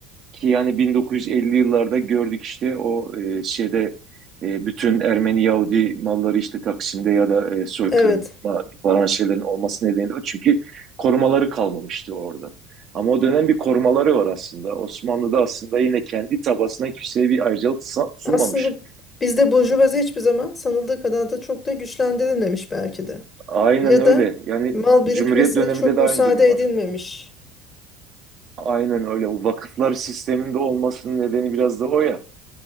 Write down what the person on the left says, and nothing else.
Evet.
Aslında bizde burjuvazi hiçbir zaman sanıldığı kadar da çok da güçlendirilmemiş belki de.
Ya
da
mal birikmesine
çok
müsaade
edilmemiş.